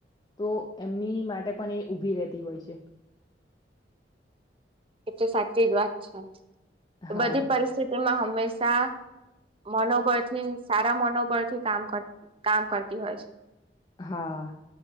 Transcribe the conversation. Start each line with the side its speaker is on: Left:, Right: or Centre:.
Left: તો એમની માટે પણ એ ઉઊભી રહેતી હોય, છે.
Right: એ તો સાચી જ વાત છે,
Left: હા
Right: બધી પરિસ્થિતિમાં હમેશા મનોબળથી, સારા મનોબળથી કામ કર કામ કરતી હોય છે.
Left: હા